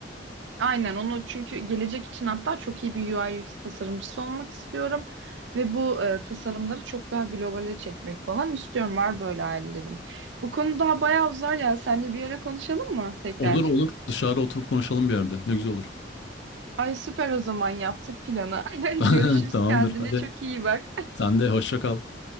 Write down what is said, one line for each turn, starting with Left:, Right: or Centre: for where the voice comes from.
Right: Aynen onu çünkü gelecek için hatta çok iyi bir UI UX tasarımcısı olmak istiyorum. Ve bu e, tasarımları çok daha globale çekmek falan istiyorum. Var böyle hayallerim. Bu konu daha bayağı uzar ya. Seninle bir ara konuşalım mı tekrar?
Left: Olur olur dışarı oturup konuşalım bir yerde. Ne güzel olur.
Right: Ay süper o zaman yaptık planı. <laughs>
Left: <laughs>
Right: Görüşürüz
Left: Tamamdır
Right: kendine
Left: hadi.
Right: çok iyi bak.
Left: Sen de hoşça kal.